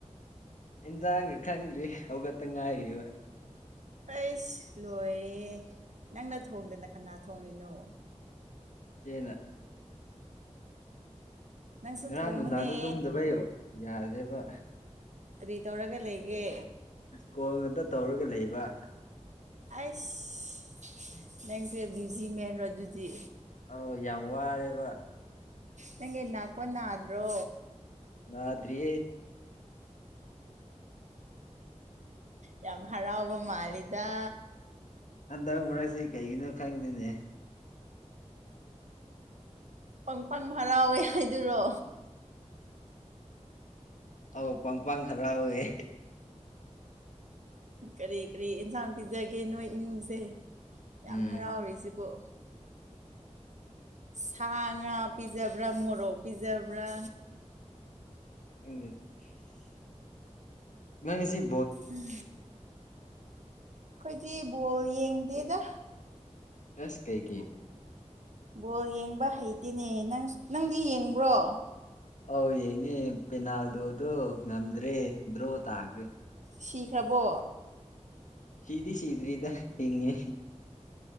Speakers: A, on the left; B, on the right.
A: ꯏꯟꯖꯥꯡꯒꯥ ꯈꯪꯗ꯭ꯔꯤ ꯍꯧꯈꯛꯇ ꯉꯥꯏꯔꯤꯕꯥ
B: ꯑꯩꯁ ꯂꯣꯏꯔꯦ ꯅꯪꯅꯥ ꯊꯣꯡꯗꯅ ꯀꯅꯥ ꯊꯣꯡꯂꯤꯅꯣ
A: ꯆ‌ꯦꯅꯥ
B: ꯅꯪꯁꯨ
A: ꯉꯔꯥꯡ
B: ꯊꯣꯡꯉꯨꯅꯦ
A: ꯅꯨꯡꯗꯥꯡꯗ ꯇꯨꯝꯗꯕꯩ ꯌꯥꯗ꯭ꯔꯦꯕꯥ
B: ꯀꯔꯤ ꯇꯧꯔꯒ ꯂꯩꯒꯦ
A: ꯀꯣꯡ ꯑꯇ ꯇꯧꯔꯒ ꯂꯩꯕ
B: ꯑꯁ ꯅꯪꯁꯦ ꯕꯤꯖꯤ ꯃꯦꯟ ꯔ ꯑꯗꯨꯗꯤ
A: ꯑꯣ ꯌꯥꯝ ꯋꯥꯔꯦꯕ
B: ꯅꯪꯒꯤ ꯅꯥꯄꯣ ꯅꯥꯗ꯭ꯔꯣ
A: ꯉꯗ꯭ꯔꯤ
B: ꯌꯥꯝ ꯍꯔꯥꯎꯕ ꯃꯥꯜꯂꯤꯗ
A: ꯍꯟꯗꯛ ꯃꯔꯛꯁꯦ ꯀꯩꯒꯤꯅꯣ ꯈꯪꯗꯦꯅꯦ
B: ꯄꯪ ꯄꯪ ꯍꯔꯥꯎꯋꯦ ꯍꯥꯏꯗꯨꯔꯣ
A: ꯑꯥꯎ ꯄꯪ ꯄꯪ ꯍꯔ ꯑꯣꯏꯌꯦ
B: ꯀꯔꯤ ꯀꯔꯤ ꯑꯦꯟꯁꯥꯡ ꯄꯤꯖꯒꯦ ꯅꯣꯏ ꯏꯃꯨꯡꯁꯦ ꯌꯥꯝ
A: ꯎꯝ
B: ꯍꯔꯥꯎꯔꯤꯁꯤꯕꯨ ꯁꯥ ꯉꯥ ꯄꯤꯖꯕ꯭ꯔꯥ ꯃꯣꯔꯣꯛ ꯄꯤꯖꯕ꯭ꯔꯥ
A: ꯏꯪꯂꯤꯁ ꯅꯪ ꯁꯤ
B: ꯎꯝ ꯑꯩꯈꯣꯏꯗꯤ ꯕꯣꯜ ꯌꯦꯡꯗꯦꯗ
A: ꯑꯁ ꯀꯩꯒꯤ
B: ꯕꯣꯜ ꯌꯦꯡꯕ ꯍꯩꯇꯦꯅꯦ ꯅꯪ ꯅꯪꯗꯤ ꯌꯦꯡꯕ꯭ꯔꯣ
A: ꯑꯧ ꯌꯦꯡꯉꯦ ꯄꯦꯅꯥꯜꯗꯣꯗꯣ ꯉꯝꯗ꯭ꯔꯦ ꯗ꯭ꯔꯣ ꯇꯥꯒꯦ
B: ꯁꯤꯈ꯭ꯔꯕꯣ
A: ꯁꯤꯤꯗꯤ ꯁꯤꯗꯔꯤꯗ ꯍꯉꯦ